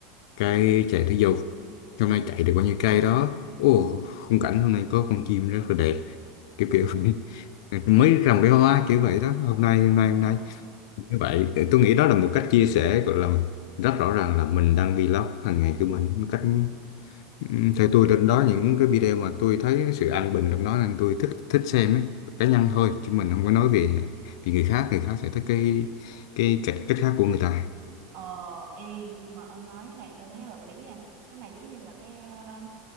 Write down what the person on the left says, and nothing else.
cái chạy thể dục hôm nay chạy được bao nhiêu cây đó ồ khung cảnh hôm nay có con chim rất là đẹp kiểu kiểu <laughs> vậy. mới trồng cái hoa kiểu vậy đó hôm nay hôm nay
hôm nay như vậy thì tôi nghĩ đó là một cách chia sẻ gọi là rất rõ ràng là mình đang vlog hàng ngày của mình một cách ừm, theo tôi đến đó những cái video mà tôi thấy sự an bình trong đó nên tôi thích thích xem ấy cá nhân thôi chứ mình không có nói về vì người khác người khác sẽ thích cái cái cách cách khác của người ta